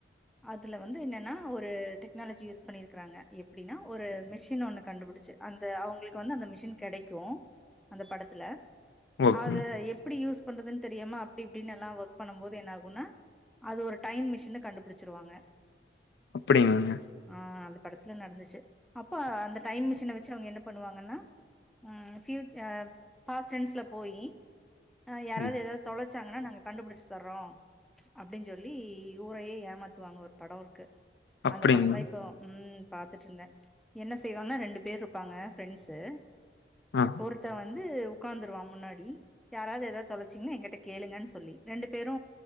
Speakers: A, in the centre; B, on the left (about 70°).
A: அதுல வந்து என்னென்னா ஒரு டெக்னாலஜி யூஸ் பண்ணிருக்கறாங்க எப்பிடின்னா ஒரு மிஷின் ஒன்னு கண்டுபிடிச்சி அந்த அவங்களுக்கு வந்து அந்த மிஷின் கெடைக்கு அந்த படத்துல
B: ஓகேங்க
A: அது எப் ப்பிடி யூஸ் பண்றதுன்னு தெரியுமா அப்பிடி இப்பிடின் எல்லா ஒர்க் பண்ணுபோது என்ன ஆகுனா அது ஒரு டைம் மிஷின்னு கண்டுபிடிச்சிருவாங்க
B: ப்பிடிங்ங்க
A: ஆ அந்த படத்துல நடந்துச்சி அப்ப அந்த டைம் மிஷின வச்சி அவங்க என்ன பண்ணுவாங்கன்னா ம் ஃபியு அ பாஸ்டென்ஸ்ல போயி அ யாராது
B: ம்
A: எதாது தொலைச்சாங்கன்னா நாங்க கண்டுபுடிச்சி தர்றோ அப்பிடின் சொல்லி ஊரையே ஏமாத்துவாங்க ஒரு படோ இருக்கு
B: அப்டிங்களா
A: அந்த படந்தா இப்போ ம் பாத் ட்டு இருந்தே என்ன செய் வங்கன்னா ரெண்டு பேர் இருப்பாங்க ஃபிரெண்ஸு
B: ஆ
A: ஒருத்த வந்து உக்காந்துருவா முன்னாடி யாராது எதாது தொலச்சிங்கன்னா எங்கிட்ட கேளுங்கன் சொல்லி ரெண்டு பேரு